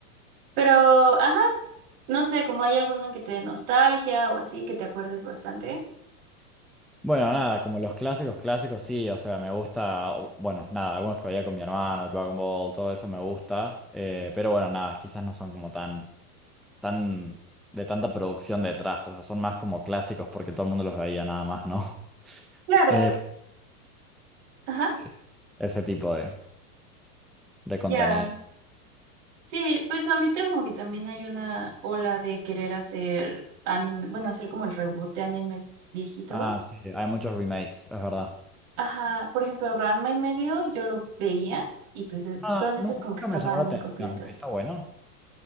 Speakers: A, on the right; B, in the centre.
A: Pero, ajá, no sé, como hay alguno que te dé nostalgia o así, que te acuerdes bastante.
B: Bueno, nada, como los clásicos, clásicos sí, o sea, me gusta, o- bueno, nada, algunos que veía con mi hermano, Dragon Ball, todo eso me gusta, eh, pero bueno, nada, quizás no son como tan, tan, de tanta producción detrás, o sea, son más como clásicos porque todo el mundo los veía nada más, ¿no? <laughs>
A: Claro,
B: Eh,
A: ajá,
B: sí, ese tipo de, de contenido.
A: ya. Sí, pues ahorita como que también hay una ola de querer hacer anime, bueno, hacer como el reboot de animes viejitos.
B: Ah, sí, hay muchos remakes, es verdad.
A: Ajá, por ejemplo, Ranma y medio yo lo veía y pues es-
B: Ah,
A: son esos
B: no, nunca
A: como que estaban
B: me llamó la atención,
A: incompletos.
B: está bueno.